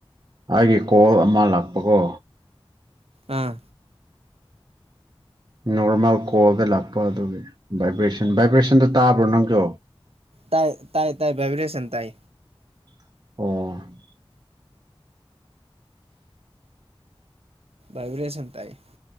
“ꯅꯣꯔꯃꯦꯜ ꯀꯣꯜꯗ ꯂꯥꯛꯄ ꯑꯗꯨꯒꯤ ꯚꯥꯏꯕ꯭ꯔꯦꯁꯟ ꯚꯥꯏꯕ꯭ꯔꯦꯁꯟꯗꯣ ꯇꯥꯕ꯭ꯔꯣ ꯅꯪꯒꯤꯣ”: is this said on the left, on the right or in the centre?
Right